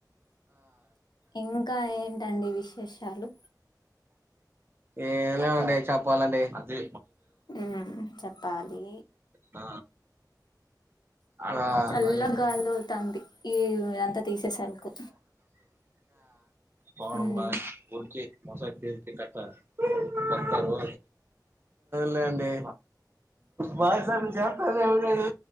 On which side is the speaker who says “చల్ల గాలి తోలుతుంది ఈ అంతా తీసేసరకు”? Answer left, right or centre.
Left